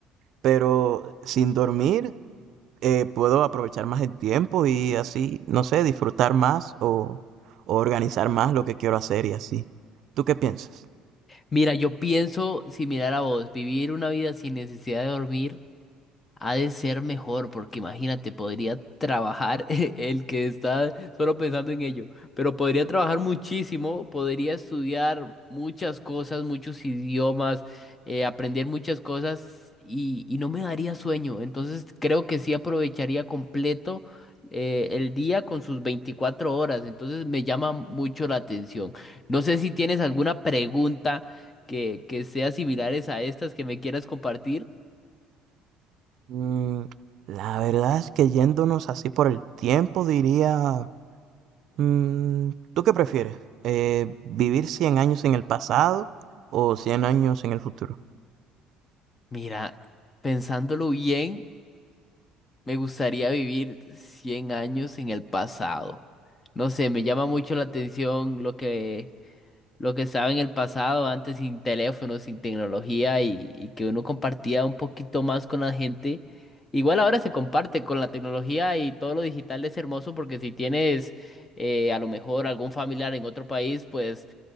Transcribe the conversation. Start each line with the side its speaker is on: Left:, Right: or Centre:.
Right: Pero sin dormir eh, puedo aprovechar más el tiempo y así, no sé, disfrutar más o, o organizar más lo que quiero hacer y así. ¿Tú qué piensas?
Left: Mira, yo pienso similar a vos, vivir una vida sin necesidad de dormir Ha de ser mejor, porque imagínate, podría trabajar <laughs> el que está solo pensando en ello, pero podría trabajar muchísimo, podría estudiar muchas cosas, muchos idiomas, eh, aprender muchas cosas y, y no me daría sueño. Entonces creo que sí aprovecharía completo eh, el día con sus 24 horas. Entonces me llama mucho la atención. No sé si tienes alguna pregunta que, que sea similares a estas que me quieras compartir.
Right: Mm, la verdad es que yéndonos así por el tiempo, diría, mm, ¿tú qué prefieres? Eh, ¿vivir 100 años en el pasado o 100 años en el futuro?
Left: Mira, pensándolo bien, me gustaría vivir 100 años en el pasado. No sé, me llama mucho la atención lo que, lo que estaba en el pasado, antes sin teléfono, sin tecnología y, y que uno compartía un poquito más con la gente. Igual ahora se comparte con la tecnología y todo lo digital es hermoso porque si tienes eh, a lo mejor algún familiar en otro país, pues